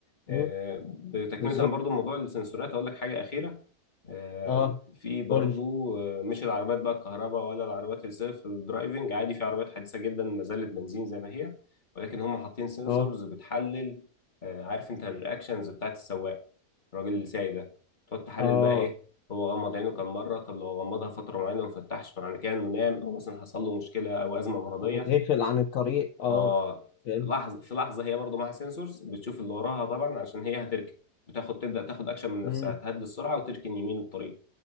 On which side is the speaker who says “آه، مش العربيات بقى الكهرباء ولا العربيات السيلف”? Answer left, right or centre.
Left